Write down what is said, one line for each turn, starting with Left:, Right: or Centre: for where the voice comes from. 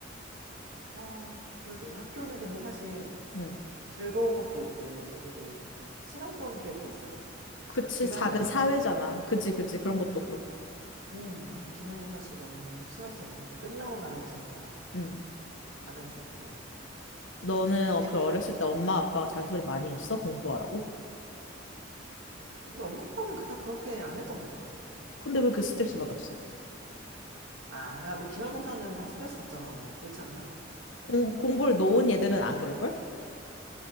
Right: 어, 그러게. 학교는 근데 사실
Left: 응.
Right: 즐거운 것도 있고 되게 싫었던 기억도 있잖아.
Left: 그치,
Right: 그러니까 기말고사
Left: 작은 사회잖아.
Right: 이런 거.
Left: 그지, 그지. 그런 것도 그렇고.
Right: 응, 아, 기말고사 진짜 너무 싫었었는데, 끝나고 나면 진짜
Left: 응.
Right: 가장 좋고.
Left: 너는 어,
Right: 되게,
Left: 그 어렸을 때 엄마 아빠가 잔소리 많이 했어? 공부하라고?
Right: 우리 엄마 아빠는 그닥 그렇게 안 했던 것 같아.
Left: 근데 왜 그 스트레스 받았어?
Right: 아, 야, 뭐, 기말고사는 다 스트레스 받잖아, 원래. 그렇지 않나?
Left: 공, 공부를 놓은 애들은 안 그럴걸?